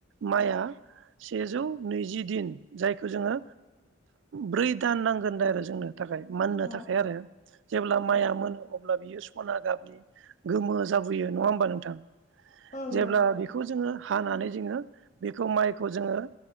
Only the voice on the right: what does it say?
माइआ सेजौ नैजि दिन जायखौ जोङो ब्रै दान नांगोन दा आरो जोंनो। मोननो
थाखाय आरो जेब्ला
माइआ मोनो अब्ला बियो सना गाब गोमो जाबोयो नङा होमबा नोंथां?
जेब्ला
बेखौ जोङो हानानै
जोङो बेखौ माइखौ जोङो